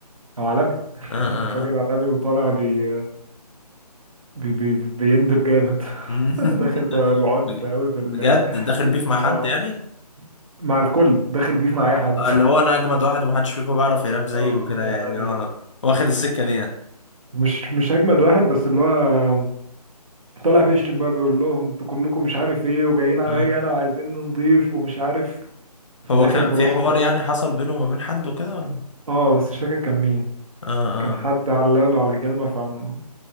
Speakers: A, on the right; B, on the left.
A: آه، عالمي <laughs>
B: آه، آه،
A: الراجل
B: آه.
A: عالمي وطالع بي بي بي بيندب جامد
B: <laughs>
A: <laughs> داخل ب- بعنف
B: بج-
A: قوي في ال
B: بجد داخل بيف مع
A: اه
B: حد يعني
A: مع الكل داخل بيف مع اي حد
B: آه، اللي هو انا اجمد واحد ومحدش فيكم بيعرف يراب زيي
A: <laughs> اه
B: وكده
A: يعني
B: يعني اه واخد السكة دي يعني
A: مش مش اجمد واحد بس اللي هو طالع بيشتم بقى بيقول لهم انتوا كلكم مش عارف ايه وجايين عليا
B: اه
A: انا وعايزين نضيف ومش عارف <laughs>
B: هو
A: داخل
B: كان
A: براسه
B: في حوار يعني حصل بينه وما بين حد وكده ولا
A: اه بس مش فاكر كان مين
B: اه اه
A: كان حد علاله على كلمة فم